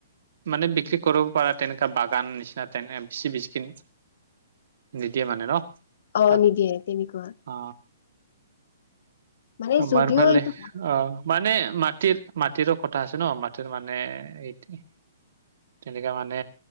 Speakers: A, on the right; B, on the left.
A: মানে বিক্ৰী কৰিব পাৰা তেনেকা বাগান নিচিনা তেনে বেচি বেচিকে নিদিয়ে মানে ন?
B: অ
A: তাত
B: নিদিয়ে তেনেকুৱা।
A: অ।
B: মানে
A: আমাৰফালে
B: যদিও এইটো
A: অ মানে মাটিৰ মাটিৰো কথা আছে ন, মাটিৰ মানে এই তেনেকা মানে